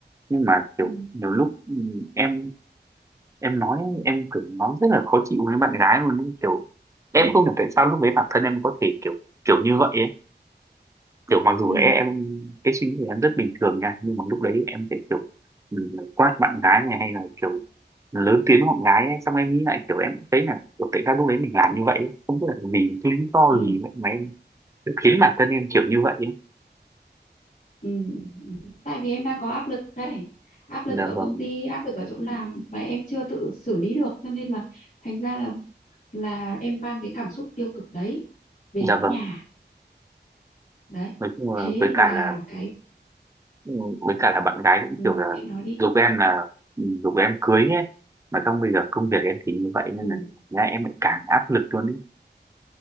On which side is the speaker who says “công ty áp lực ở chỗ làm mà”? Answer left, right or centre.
Left